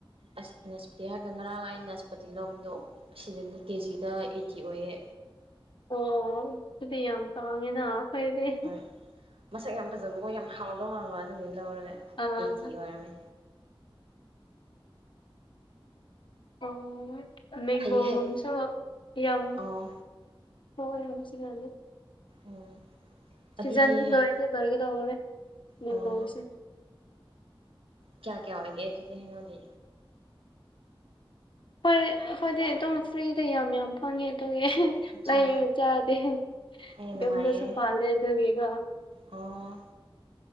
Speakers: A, on the right; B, on the left.
A: ꯑꯁ ꯅꯥꯁꯄꯇꯤ ꯍꯥꯏꯔꯒ ꯉꯔꯥꯡ ꯑꯩ ꯅꯥꯁꯄꯇꯤ ꯂꯧꯕꯗꯣ ꯑꯁꯤꯗꯗꯤ ꯀꯦꯖꯤꯗ ꯑꯩꯠꯇꯤ ꯑꯣꯏꯌꯦ
B: ꯑꯣ ꯑꯗꯨꯗꯤ ꯌꯥꯝ ꯇꯥꯡꯉꯦꯅ ꯐꯩꯗꯤ
A: ꯍꯣꯏ ꯃꯁꯛ ꯌꯥꯝ ꯐꯖꯕꯀꯣ ꯌꯥꯝ ꯍꯥꯎꯗꯧ ꯃꯥꯟꯕ ꯑꯗꯨꯒꯤ ꯂꯧꯔꯒ
B: ꯑꯥ
A: ꯑꯩꯠꯇꯤ ꯑꯣꯏꯔꯝꯃꯦ
B: ꯑꯣ ꯃꯦꯡꯒꯣꯒꯨꯝꯁꯨ
A: ꯍꯩ ꯍꯩ
B: ꯌꯥꯝ
A: ꯑꯣ
B: ꯊꯣꯛ ꯑꯦ ꯍꯧꯖꯤꯛ ꯀꯥꯟꯗꯤ
A: ꯎꯝ
B: ꯁꯤꯖꯟꯗꯤ
A: ꯑꯗꯨꯗꯤ ꯍꯩ
B: ꯂꯣꯏ ꯂꯣꯏꯒꯗꯧꯔꯦ ꯃꯦꯡꯒꯣꯁꯦ
A: ꯑꯣ ꯀꯌꯥ ꯀꯌꯥ ꯑꯣꯏꯒꯦ ꯑꯗꯨꯗꯤ ꯍꯩꯅꯧꯗꯤ
B: ꯍꯣꯏ ꯑꯈꯣꯏꯗꯤ ꯑꯗꯨꯝ ꯐ꯭ꯔꯤꯗ ꯌꯥꯝ ꯌꯥꯝ ꯐꯪꯉꯦ ꯑꯗꯨꯒꯤ
A: ꯑꯠꯆꯥ
B: ꯂꯩꯔ ꯆꯥꯗꯦ
A: ꯑꯦ ꯅꯨꯡꯉꯥꯏꯌꯦ
B: ꯌꯨꯝꯗꯁꯨ ꯄꯥꯜ ꯂꯦ ꯑꯗꯨꯒꯤꯀꯣ
A: ꯑꯣ